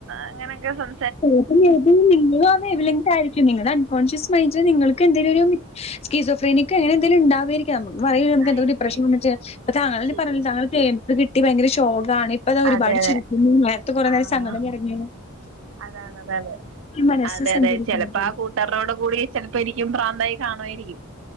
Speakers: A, on the right (about 60°); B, on the left (about 30°).
A: അങ്ങനെക്കെ സം
B: ചെലപ്പോ മെയ്ബീ നിങ്ങളും ആ വേവ് ലെങ്ത് ആയിരിക്കും നിങ്ങളുടെ അൺകോൺഷ്യസ് മൈൻഡില് നിങ്ങൾക്ക് എന്തെങ്കിലും ഒരു ഷീസോഫ്രീനിക്ക് അങ്ങനെ എന്തേലും ഇണ്ടവേര്ക്കും പറ നമുക്ക്
A: ആയിരിക്കും
B: എന്ത ഡിപ്രഷൻ
A: ആയിരിക്കും
B: വന്ന അപ്പ തങ്കൾന്ന
A: ശരിയാ
B: പറഞ്ഞില്ല താങ്കൾ
A: ശരിയാ
B: തേപ്പ് കിട്ടി ഭയങ്കരഷോക ആണ് ഇപ്പൊ ഇതാ ഒരുപാട്
A: അതെ അതെ
B: ചിരിക്കുന്നു നേരത്തെ കുറേ
A: ആഹ്
B: നേരം സംങ്കടം പറഞ്ഞ്
A: അതാണ് അതാണ്.
B: മനസ്സ്
A: അതെ
B: സഞ്ചരിക്കുന്നത്.
A: അതെ ചെലപ്പോ ആ കൂട്ടർ ളോട് കൂടി ചെലപ്പോ ഇനിക്കും പ്രാന്തായി കാണുവായിരിക്കും